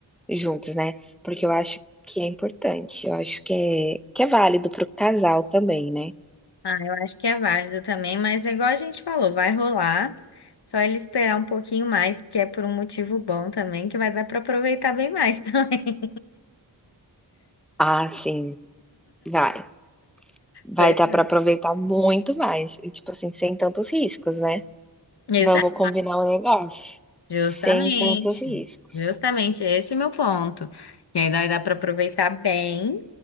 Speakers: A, in the centre; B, on the left (about 65°).
A: juntos, né, porque eu acho que é importante, eu acho que é que é válido para o casal também, né.
B: Ah, eu acho que é válido também, mas é igual a gente falou, vai rolar. Só ele esperar um pouquinho mais, que é por um motivo bom também, que vai dar para aproveitar bem mais <laughs> também.
A: Ah, sim, vai. Vai
B: Pois
A: dar
B: é.
A: pra aproveitar muito mais e, tipo assim, sem tantos riscos, né.
B: Exato,
A: Vamos combinar um negócio?
B: justamente.
A: Sem tantos riscos.
B: Justamente, esse é o meu ponto. E ainda vai dar para aproveitar bem